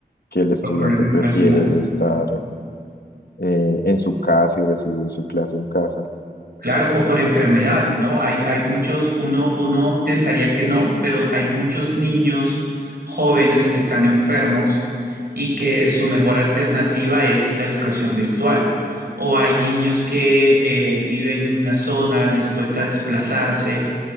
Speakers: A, on the left; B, on the right.
A: que el estudiante
B: por problemas
A: prefiere
B: personales.
A: estar eh, en su casa y recibir su clase en casa.
B: Claro, o por enfermedad, ¿no? Hay, hay muchos, uno, uno pensaría que no, pero hay muchos niños jóvenes que están enfermos y que su mejor alternativa es la educación virtual. O hay niños que eh, viven en una zona, les cuesta desplazarse